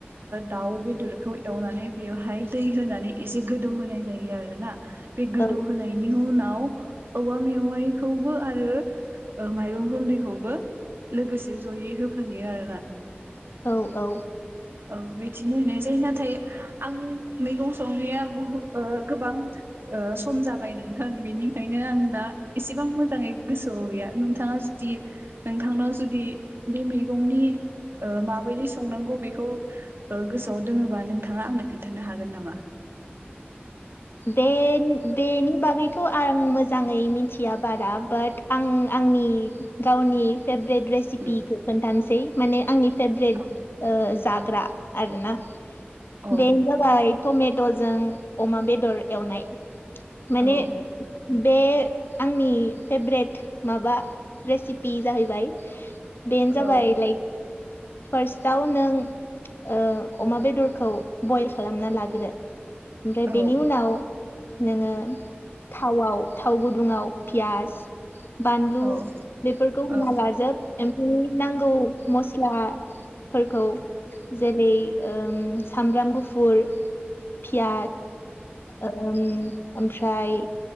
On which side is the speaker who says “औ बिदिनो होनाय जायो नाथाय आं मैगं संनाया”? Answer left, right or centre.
Right